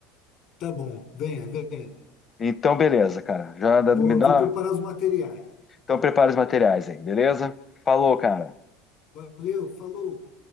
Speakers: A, on the left; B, on the left.
A: Tá bom, venha, venha.
B: Então, beleza, cara. Já dá-
A: Vou,
B: me dá.
A: vou preparar os materiais.
B: Então, prepara os materiais aí, beleza? Falou, cara.
A: Valeu, falou.